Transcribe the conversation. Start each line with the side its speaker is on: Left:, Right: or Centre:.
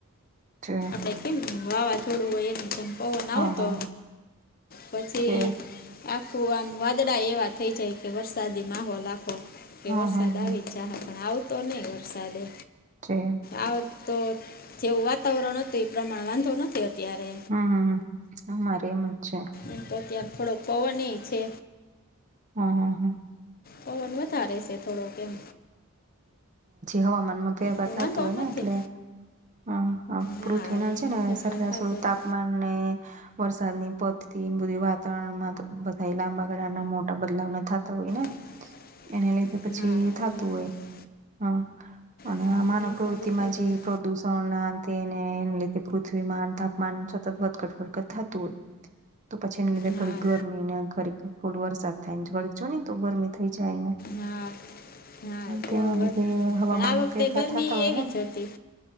Right: અચ્છા.
Left: ક કેમ વાવાઝોડું હોય એને જેમ પવન
Right: હા
Left: આવતો
Right: હા
Left: પછી
Right: છે
Left: આખું આમ વાદળા એવા થઈ જાય કે વરસાદી માહોલ આખો કે
Right: હા
Left: વરસાદ
Right: હા હા
Left: આવી જાહે પણ આવતો નહી વરસાદે
Right: જ
Left: આવ તો જેવું વાતાવરણ હતું એ પ્રમાણે વાંધો નથી અત્યારે
Right: હમ હમ આમાંરે્યા એમ જ છે.
Left: એ તો ત્યાં થોડોક પવન છે
Right: હા હા હા
Left: પવન વધારે છે થોડો કેમ
Right: હવામાનમાં ફેરફાર
Left: પણ
Right: થતો
Left: વાંધો
Right: હોય
Left: નથી
Right: ને એટલે હમ
Left: હા
Right: પૃથ્વીના
Left: એમાં
Right: છે ને
Left: ફેરફાર
Right: સરાસર
Left: થતો હતો
Right: તાપમાન ને વરસાદ ની પદથી બધી વાતાવરણમાં બધા લાંબા ગાળાના મોટા બદલાવને થતા હોય ને
Left: <inaudible>
Right: એને લઈને પછી
Left: હા હા
Right: થતું
Left: એમાં
Right: હોય
Left: ફેરફાર
Right: હા અને
Left: હા એના
Right: માનવ
Left: હિસાબે
Right: પ્રવૃતિ
Left: થતો
Right: માં જે
Left: હોય.
Right: પ્રદૂષણ ના તેને એને લીધે પૃથ્વીમાં તાપમાન સતત વડકટ ફડકટ થતું હોય તો પછી એને લીધે ખડીક
Left: હા
Right: ગરમીને ખડીક વરસાદ થાયનેડીક જો ને તો ગરમી થઈ જાયને
Left: હા હા
Right: તે
Left: વર-
Right: હવામાનમાં
Left: પણ આ વખતે
Right: ફેરફાર
Left: ગરમી
Right: થતા હોય
Left: એવી
Right: ને
Left: જ હતી